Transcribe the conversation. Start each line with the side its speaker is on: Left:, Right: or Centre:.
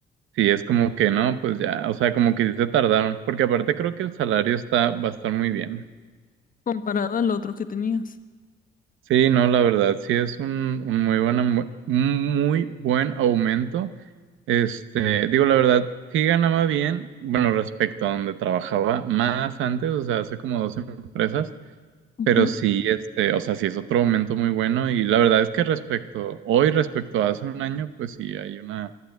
Right: Sí, es como que no, pues ya, o sea, como que sí se tardaron, porque aparte creo que el salario está, va a estar muy bien.
Left: Comparado al otro que tenías.
Right: Sí, no, la verdad, sí es un, un muy buen, amu- un muy buen aumento. Este, digo, la verdad, sí ganaba bien, bueno, respecto a donde trabajaba más antes, o sea, hace como dos empresas,
Left: Ujú.
Right: pero sí, este, o sea, sí es otro aumento muy bueno y la verdad es que respecto, hoy respecto a hace un año, pues sí, hay una,